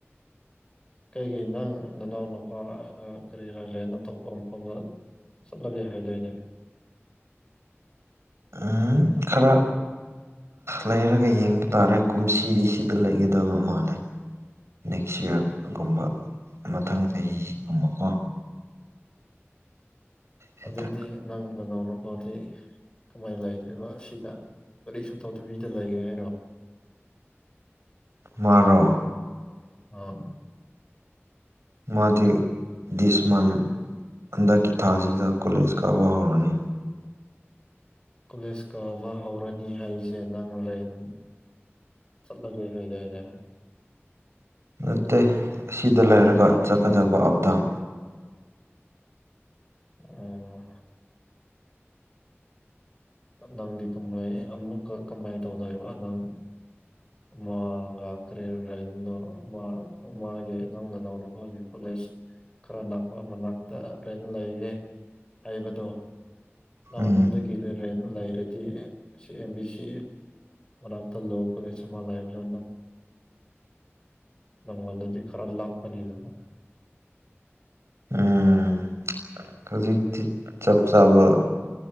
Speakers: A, on the left (about 20°); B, on the right (about 75°).
A: ꯀꯩꯒꯤ ꯅꯪ ꯅꯅꯥꯎꯅꯨꯄꯥꯒ ꯀꯔꯤ ꯂꯩꯈ꯭ꯔꯦꯅ ꯑꯇꯣꯞꯄ ꯃꯐꯝꯗ ꯆꯠꯂꯒꯦ ꯍꯥꯏꯗꯣꯏꯅꯦ
B: ꯎꯝ ꯈꯔ ꯂꯩꯔꯒ ꯌꯦꯡꯕ ꯇꯥꯔꯦ ꯀꯨꯝꯁꯤꯗꯤ ꯁꯤꯗ ꯂꯩꯒꯗꯕ ꯃꯥꯜꯂꯦ ꯅꯦꯛꯁ ꯏꯌꯥꯔꯒꯨꯝꯕ ꯃꯊꯪ ꯆꯍꯤꯒꯨꯝꯕꯀꯣ ꯍꯦꯛꯇ
A: ꯑꯗꯨꯗꯤ ꯅꯪ ꯅ ꯅꯎꯅꯄꯥꯗꯤ ꯀꯃꯥꯏꯅ ꯂꯩꯗꯣꯏꯕ ꯁꯤꯗ ꯀꯔꯤꯁꯨ ꯊꯧꯗꯕꯤꯗ ꯂꯩꯒꯦ ꯍꯥꯏꯔꯣ
B: ꯃꯔꯔ
A: ꯑꯥ
B: ꯃꯊꯦ ꯗꯤꯁꯃꯟ ꯍꯟꯗꯛꯀꯤ ꯊꯥ ꯑꯁꯤꯗ ꯀꯣꯂꯦꯖ ꯀꯥꯕ ꯍꯧꯔꯅꯤ
A: ꯀꯣꯂꯦꯖ ꯀꯥꯕ ꯍꯧꯔꯅꯤ ꯍꯥꯏꯁꯦ ꯅꯪ ꯔꯦꯟ ꯆꯠꯂꯁ ꯍꯥꯏꯗꯅꯦ
B: ꯅꯠꯇꯦ ꯑꯁꯤꯗ ꯂꯩꯔꯒ ꯆꯠꯀꯗꯕ ꯑꯞꯗꯥꯝ
A: ꯑꯣꯝ ꯅꯪꯗꯤ ꯀ ꯑꯃꯨꯛ ꯀꯃꯥꯏ ꯇꯧꯗꯣꯏꯕ ꯅꯪ ꯃꯥꯒ ꯀꯔꯤꯔ꯭ꯔ ꯃꯥ ꯃꯥꯦ ꯅꯪꯅ ꯅꯅ ꯍꯒꯤ ꯄꯨꯂꯦꯁ ꯈꯔ ꯅꯅꯥꯛꯄ ꯃꯅꯥꯛꯇ ꯂꯣꯏꯅ ꯂꯩꯒꯦ ꯍꯥꯏꯕꯗꯣ ꯅꯥꯟ
B: ꯎꯝ
A: ꯑꯗꯨꯗꯒꯤ ꯂꯩꯔꯦꯅ ꯂꯩꯔꯗꯤ C M B C one of the ꯂꯣ ꯂꯩꯁ ꯃꯥ ꯂꯥꯏꯕ ꯅꯪꯃꯅꯗꯤ ꯈꯔꯥ ꯂꯥꯕꯄꯅꯤ ꯑꯗꯨꯒ
B: ꯎꯝ ꯍꯧꯖꯤꯛꯇꯤ ꯆꯞ ꯆꯥꯕ